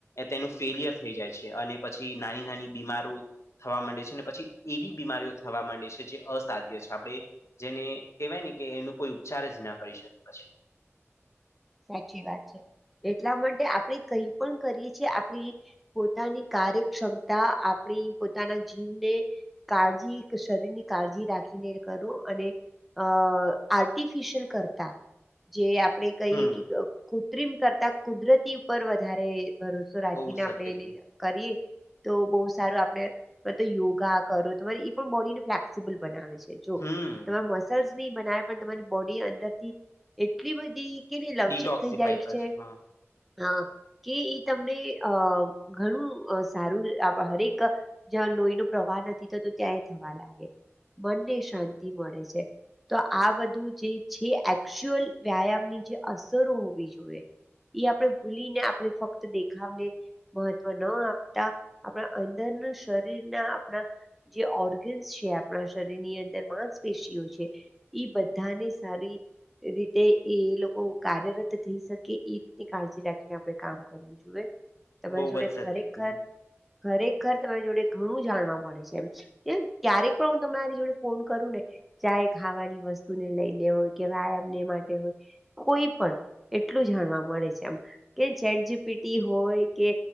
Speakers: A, on the left; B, in the centre.
A: તેનું ફેલિયર થઈ જાય છે, અને પછી નાની નાની બીમારો થવા માંડે છે ને પછી એવી બીમારીઓ થવા માંડે છે જે અસાધ્ય છે આપણે જેને કેહેવાય ને કે એનો કોઈ ઉપચાર જ ના કરી શકે પછી.
B: સાચી વાત છે એટલા માટે આપણે કઈ પણ કરીએ છીએ આપણી. પોતાની કાર્યક્ષમતા આપણી પોતાના જીવને. કાળજી શરીર ની કાળજી રાખીને કરો અને અ આર્ટિફિશિયલ કરતા જે આપણે. કહીએ
A: હમ
B: કે કૃત્રિમ કરતા કુદરતી ઉપર વધારે ભરો તો રાજી
A: બહુ
B: ને
A: સત્ય
B: આપણે
A: કીધું
B: એને કરીએ તો બહ સારું આપણે બધા યોગા કરો તમારે એ પણ બોડી ને ફ્લેક્સિબલ બનાવે છે. જો
A: હમ
B: તમારા મસલ્સ નની બનાવે પણ તમારી બોડી અંદરથી એટલી બધી. કેની લવચિક
A: ડિટોક્સિફાય
B: થઇ જાય
A: કરશે
B: છે.
A: હા
B: હા કે એ તમને અ ઘણું સારું હરેક જ્યાં લોહી નો પ્રવાહ નથી થતો, ત્યા એ થવા લાગે મનને શાંતિ મળે છે. તો આ બધું જે છે એકચુઅલ વ્યાયામની જે અસરો હોવી જોઈએ. એ આપણે ભૂલી ને આપણે ફક્ત દેખાવને. મહત્વ ન આપતા આપણા અંદરનું શરીર ના આપણા. જે ઓર્ગન્સ છે આપણા શરીર ની અંદર માંસપેશીઓ છે એ બધાને સારી રીતે એ લોકો કાર્યરત થઈ શકે એ રીતની કાળજી રાખીને આપણે કામ કરવું જોઈએ તમારી
A: બહુ
B: જોડે
A: જ સત્ય
B: ખરેખર
A: કીધું
B: ખરેખર તમારી જોડે ઘણું જાણવા મળે છે એમ છેં એમ ક્યારેક પણ હું તમરી જોડે ફોન કરું ને ચાહે ખાવાની વસ્તુને લઈને હોય કે વ્યાયામને માટે હોય કોઈ પણ એટલું જાણવા મળે છે એમ કે ચેટ જી પી ટી હોય કે